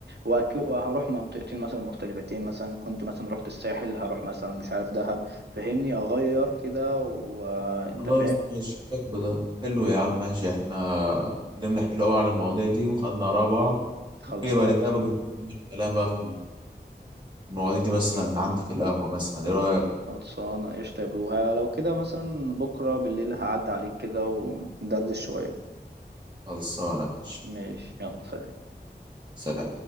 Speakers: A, on the right (about 70°); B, on the right (about 25°).
A: وأك- وهروح منطقتين مثلا مختلفتين مثلا كنت مثلا رحت الساحل هروح مثلا مش عارف دهب فهمني اغير كده وانت
B: خلاص
A: فاهم
B: ماشي حلو ده حلو يا عم ماشي احنا اتكلمنا حلو قوي عن المواضيع دي وخدنا اراء بعض
A: خلصانه
B: ممكن يبقى نتقابل
A: صح
B: ونكمل الكلام بقى في المواضيع دي مثلا عندي في القهوه مثلا ايه رايك
A: خلصانه قشطه يا برو ها، لو كده مثلا بكره بالليل هعدي عليك كده وندردش شويه
B: خلصانه ماشي
A: ماشي يلا سلام
B: سلام